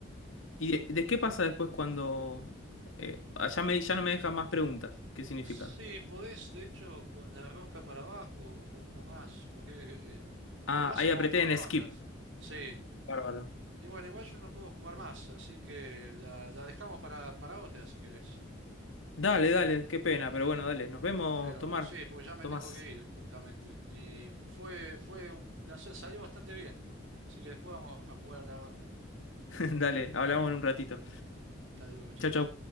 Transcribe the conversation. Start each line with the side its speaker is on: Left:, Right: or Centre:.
Left: ¿Y de, de qué pasa después cuando eh, ah, ya me, ya no me dejan más preguntas? ¿Qué significa?
Right: Sí, podés, de hecho, con la rosca para abajo o poniendo más, porque eh,
Left: Ah,
Right: te lo hace
Left: ahí
Right: como
Left: apreté
Right: por
Left: en
Right: rondas.
Left: skip.
Right: Sí.
Left: Bárbaro.
Right: Y bueno, igual yo no puedo jugar más, así que la, la dejamos para, para otra si querés.
Left: Dale, dale, qué pena, pero bueno, dale. Nos vemos,
Right: Pero
Left: Tomar.
Right: sí, porque ya me
Left: Tomás.
Right: tengo que ir, justamente. Y fue, fue un placer, salió bastante bien. Así que después vamos a jugar otra ronda.
Left: <laughs> Dale, hablamos en un ratito.
Right: Hasta luego, che.
Left: Chau, chau.